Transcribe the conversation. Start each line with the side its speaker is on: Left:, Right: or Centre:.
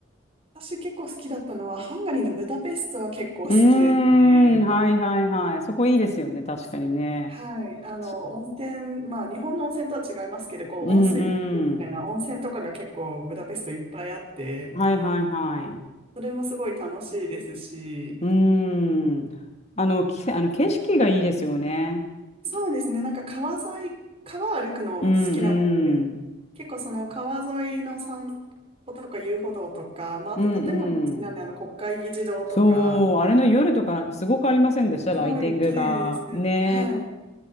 Right: 私結構好きだったのは、ハンガリーのブダペストは結構好きですね。
Left: うーん、はいはいはい。そこいいですよね、確かにね。
Right: はい、あの温泉、
Left: ち
Right: まあ、日本の温泉とは違いますけど、こう温水みたいな温泉とかが結構ブダペストいっぱいあって、
Left: うんうん。はいはいはい。
Right: それもすごい楽しいですし、
Left: うーん。あの、き、あの景色がいいですよね。
Right: そうですね、なんか川沿い、川歩くの好きなので、
Left: うんうん。
Right: 結構その川沿いの散歩とか遊歩道とか、まあ、あと建物も好きなんで、
Left: うんうん。
Right: あの国会議事堂とか、
Left: そう、あれの夜とかすごくありませんでしたライティングが。
Right: すごい綺麗ですよね。
Left: ね。
Right: はい。